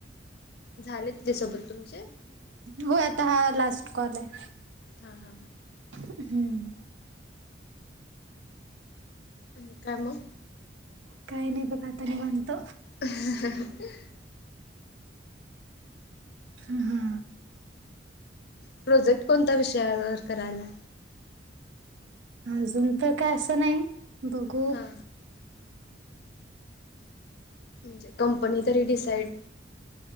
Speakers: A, on the left; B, on the right.
A: झाले तिच्या सोबत तुमचे
B: हो आता हा लास्ट कॉल आहे
A: हा-हा-हा.
B: हम्म.
A: आणि काय मग
B: काही नाही बघा आता निवांत.
A: हह, <unintelligible>
B: हा
A: प्रोजेक्ट कोणत्या विषयावर करायला
B: अजून तर काय असं नाही, बघू
A: हा म्हणजे कंपनी तरी डिसाईड